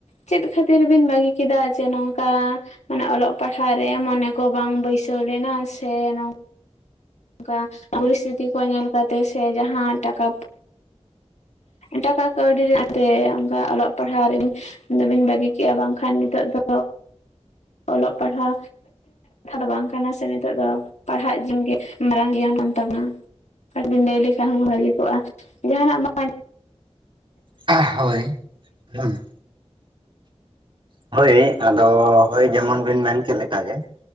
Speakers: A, on the left; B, on the right.
A: ᱪᱮᱫ ᱠᱷᱟᱹᱛᱤᱨ ᱵᱤᱱ ᱵᱟᱹᱜᱤ ᱠᱮᱫᱟ ᱡᱮ ᱱᱚᱝᱠᱟ ᱢᱟᱱᱮ ᱚᱞᱚᱜ ᱯᱟᱲᱦᱟᱜ ᱨᱮ ᱢᱚᱱᱮ ᱠᱚ ᱵᱟᱝ ᱵᱟᱹᱭᱥᱟᱹᱣ ᱞᱮᱱᱟ ᱥᱮ ᱱᱚᱝ ᱠᱟ ᱯᱚᱨᱤᱥᱛᱷᱤᱛᱤ ᱠᱚ ᱧᱮᱞ ᱠᱟᱛᱮ ᱥᱮ ᱡᱟᱦᱟᱸ ᱴᱟᱠᱟ ᱴᱟᱠᱟ ᱠᱟᱹᱣᱰᱤ ᱟᱛᱮ ᱚᱝᱠᱟ ᱚᱞᱚᱜ ᱯᱟᱲᱦᱟᱜ ᱨᱤᱧ ᱾ ᱫᱚ ᱵᱤᱱ ᱵᱟᱹᱜᱤ ᱠᱮᱫᱼᱟ ᱵᱟᱝᱠᱷᱟᱱ ᱱᱤᱛᱚᱜ ᱫᱚ ᱚᱞᱚᱜ ᱯᱟᱲᱦᱟ <inaudible> ᱵᱟᱝ ᱠᱟᱱᱟ ᱥᱮ ᱱᱤᱛᱚᱜ ᱫᱚ ᱯᱟᱲᱦᱟᱜ ᱡᱤᱢ ᱜᱮ ᱢᱟᱨᱟᱝ ᱜᱤᱭᱟᱱ ᱠᱟᱱ ᱛᱟᱵᱚᱱᱟ ᱾ <inaudible> ᱵᱤᱱ ᱞᱟᱹᱭ ᱞᱮᱠᱷᱟᱱ ᱦᱚᱸ ᱵᱷᱟᱜᱮ ᱠᱚᱜᱼᱟ ᱡᱟᱦᱟᱱᱟᱜ ᱵᱟᱝ
B: <inaudible> ᱦᱳᱭ ᱦᱩᱢ ᱦᱳᱭ ᱟᱫᱚ ᱦᱳᱭ ᱡᱮᱢᱚᱱ ᱵᱤᱱ ᱢᱮᱱ ᱠᱤ ᱞᱮᱠᱟ ᱜᱮ ᱾